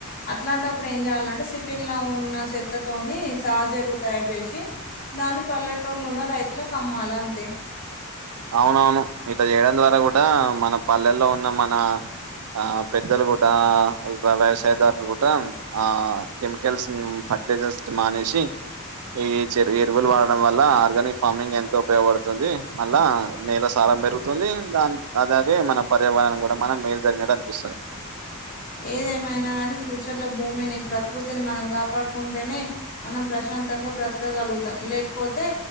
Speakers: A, on the left (about 40°); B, on the right (about 80°).
A: అట్లాంటప్పుడు ఏం చేయాలంటే సిటీలో ఉన్న చెత్తతోని సహజ ఎరువు తయారు చేసి దాని పల్లెటూర్లున్న రైతుల కమ్మాల అంతే
B: అవునవును ఇట్ల చేయడం ద్వారా కూడా మన పల్లెల్లో ఉన్న మన ఆ పెద్దలు కూడా వ్యవసాయదారులు కూడా ఆ కెమికల్స్ అట్లే జస్ట్ మానేసి ఈ చే ఎరువులు వాడడం వల్ల ఆర్గానిక్ ఫార్మింగ్ ఎంతో ఉపయోగపడుతుంది మళ్ళా నేల సారం పెరుగుతుంది దాని అలాగే మన పర్యావరణం కూడా మనం మేలు జరిగినట్టు అనిపిస్తది
A: ఏదేమైనా కానీ ఫ్యూచర్ లో భూమిని ప్రకృతిని మనం కాపాడుకుంటేనే మనం ప్రశంతంగా బ్రతకగలుగుతాం లేకపోతే